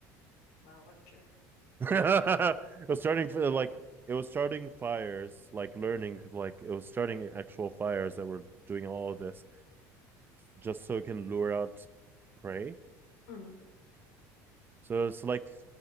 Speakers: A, on the left; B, on the right.
A: Wow, what a jerk.
B: <laughs> it was starting for like it was starting fires, like learning, like it was starting actual fires that were doing all of this just so it can lure out prey.
A: Mhm.
B: So it's like